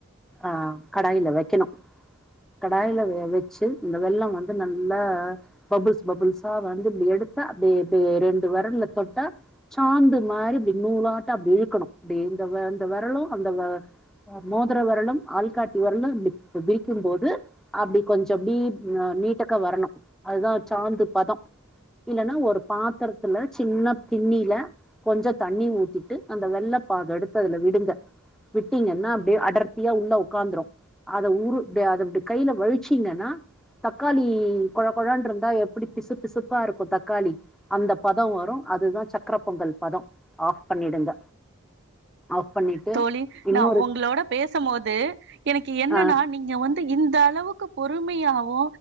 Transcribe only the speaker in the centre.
ஆ கடாயில வக்கெணு கடாயில வெ வச்சு இந்த வெல்லம் வந்து நல்லா பபுள்ஸ் பபுள்ஸா வந்து இப்டி எடுத்து அப்டே அப்டியே ரெண் டுவெரல்ல தொட்டா சாந்து மாரி இப்டி நூலாட்ட அப்டி இழுக்கணு அப்டி இந்த வ இந்த வெரலு அந்த வ மோதுர வெரலும் ஆள்காட்டி வெரலு இப்டி விரிக்கும்போது அப்டி கொஞ்சம் ப்படி அ நீட்டக்கா வரணு அதா சாந்து பதொ இல்லன்னா ஒரு பாத்துர துல சின்ன கிண்ணீல கொஞ்சொ தண்ணி ஊத்திட்டு அந்த வெல்லப்பாகெடுத்து அதுல விடுங்க விட்டீங்கன்னா அப்டே அடர்த்தியா உள்ள ஒக்காந்துரு அத ஊரு அதெப்டி கைல வழுச்சீங்கன்னா தக்காளி கொழ கொழன்ருந்தா எப்புடி பிசு பிசுப்பாருக்கு தக்காளி அந்த பதொ வரு அதுதா சக்கர பொங்கல் பதொ ஆஃப் பண்ணிடுங்க ஆஃப் பண்ணிட்டு
இன்னொரு
ஆ